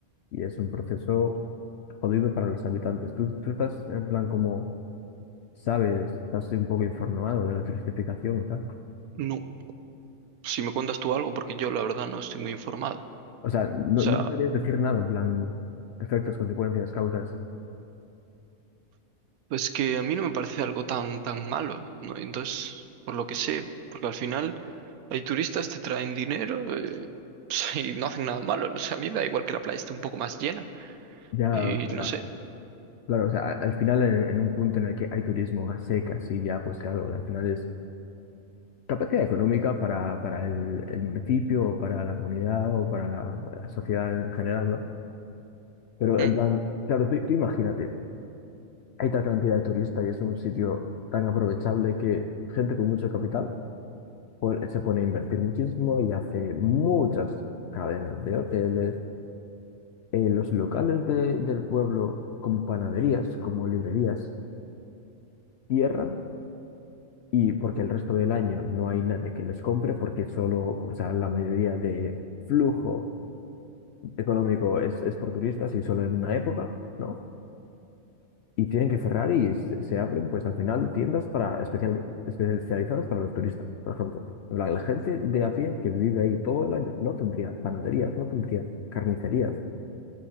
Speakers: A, on the left; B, on the right.
A: Y es un proceso jodido para los habitantes. Tú, tú estás en plan como, sabes, estás un poco informado de la turistificación y tal.
B: No, si me cuentas tú algo, porque yo la verdad no estoy muy informado. O
A: O sea, no,
B: sea,
A: no sabías decir nada, en plan, efectos, consecuencias, causas.
B: pues que a mí no me parece algo tan, tan malo, ¿no? Entonces, por lo que sé, porque al final hay turistas, te traen dinero, eh, <laughs> y no hacen nada malo. ¿no? O sea, a mí me da igual que la playa esté un poco más llena
A: Ya,
B: y
A: o sea,
B: no sé.
A: claro, o sea, a- al final en, en un punto en el que hay turismo a secas y ya, pues claro, al final es capacidad económica para, para el, el municipio o para la comunidad o para la, la sociedad en general, ¿no? Pero
B: Mm.
A: en plan, claro, tú, tú imagínate, hay tal cantidad de turistas y es un sitio tan aprovechable que gente con mucho capital pon- se pone a invertir muchísimo y hace muchas cadenas de hoteles, eh, los locales de- del pueblo con panaderías, como librerías, cierran y porque el resto del año no hay nadie que les compre, porque solo, o sea, la mayoría de flujo económico es, es por turistas y solo en una época, ¿no? Y tienen que cerrar y se, se abren, pues al final, tiendas para especial, especializadas para los turistas, por ejemplo. La, la gente de a pie que vive ahí todo el año no tendría panaderías, no tendría carnicerías,